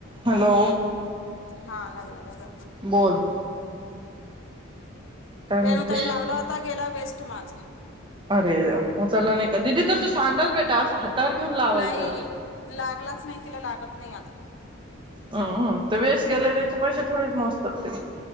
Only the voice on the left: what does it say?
हा लागला लग
रेणुताईला
लावला होता गेला वेस्ट माझा.
नाही लागलाच नाही तिला लागत नाही आता.